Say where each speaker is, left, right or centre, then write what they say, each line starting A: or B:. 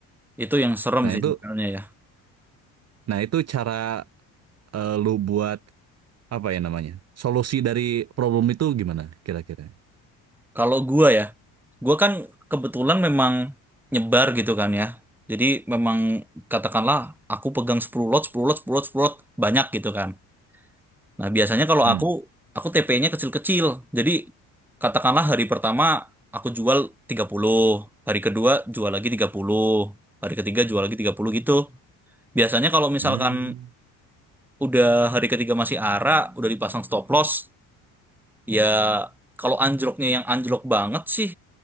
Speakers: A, in the centre; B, on the right (about 40°).
A: Itu yang serem
B: Nah
A: sih
B: itu,
A: sebenarnya ya.
B: nah itu cara eh, lu buat apa ya namanya? Solusi dari problem itu gimana kira-kira?
A: Kalau gua ya, gua kan kebetulan memang nyebar gitu kan ya. Jadi memang katakanlah aku pegang 10 lot, 10 lot, 10 lot, sepuluh lot banyak gitu kan. Nah, biasanya kalau
B: Hmm.
A: aku, aku TP-nya kecil-kecil. Jadi, katakanlah hari pertama aku jual tiga puluh hari kedua jual lagi tiga puluh hari ketiga jual lagi 30 gitu. Biasanya kalau misalkan
B: Hmm.
A: udah hari ketiga masih arah udah dipasang stop loss, ya kalau anjloknya yang anjlok banget sih